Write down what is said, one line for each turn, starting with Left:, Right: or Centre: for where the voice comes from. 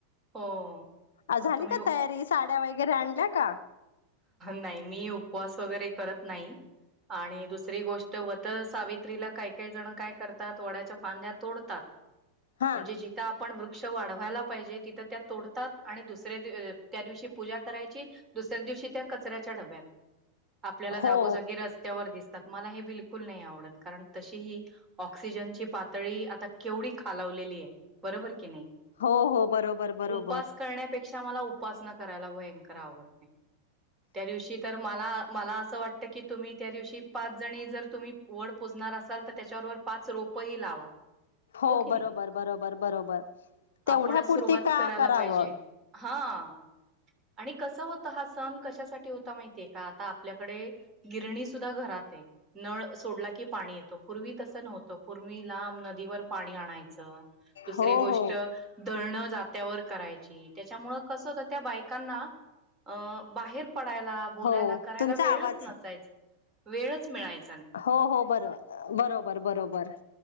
Right: हो
Left: अ झाली
Right: मग तुम्ही
Left: का तयारी सा ड्या वगैरे आणल्या का?
Right: नाही मी उपवास वगैरे करत नाही आणि दुसरी गोष्ट वटसावित्रीला काही काही जण काय करतात वड्याच्या फांद्या तोडतात.
Left: हा
Right: म्हणजे जिथं आपण वृ वृक्ष वाढवायला पाहिजे तिथ त्या तोडतात आणि दुसऱ्या त्या दिवशी पूजा करायची. दिवशी त्या कचऱ्याच्या डब्यात आपल्याला जागोजागी
Left: हो
Right: रस्त्यावर दिस मला हे बिलकुल नाही आवडत कारण तशी ही ऑक्सिजनची पातळी आता केवढी खालावलेली आहे. बरोबर कि नाही
Left: हो हो बरोबर बरोबर.
Right: उपस करण्यापेक्षा मला उपासना करायला भयंकर आवडते. त्या दिवशी तर मला मला असं वाटतं की तुम्ही त्या दिवशी पाच जणी जर तुम्ही वड पोजणार असाल तर त्याच्याबरोबर पाच रोपही लावा.
Left: हो
Right: की नाही
Left: बरोबर बरोबर बरोबर तेवढ्यापुरती
Right: आपणच सुरुवात
Left: का
Right: करायला
Left: करावं.
Right: पाहिजे. हा आणि कस होत. हा सण कशासाठी होता माहितीये का आता आपल्याकडे गिरणी सुद्धा घरात आहे. नळ सोडला की पाणी येतो पूर्वी तसं नव्हतं पूर्वी लांब नदीवर पाणी आणायचं. च दुसरी
Left: हो
Right: गोष्ट
Left: हो
Right: धलण जात्यावर करायच. त्याच्यामुंळ कसं होत त्या बायकांना अ बाहेर पडायला बोलायला
Left: हो
Right: करायला
Left: तुमचा
Right: वेळच
Left: आवाज
Right: नसायच. वेळच मिळायच
Left: हो हो बरो बरोबर बरोबर.